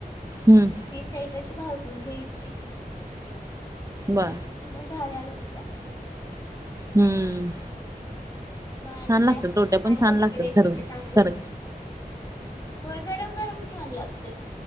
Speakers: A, on the right; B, on the left.
A: हम्म
B: ती साइट अशी भाजून घ्यायची
A: बा
B: मग झाल्या र होत्या
A: हम्म
B: मग आणि
A: छान लागतात
B: काय
A: रोट्या पण
B: आणि
A: छान
B: कोणती
A: लागतात
B: रेसिपी
A: घर
B: सांगु
A: घर
B: होय गरम गरम छान लागतात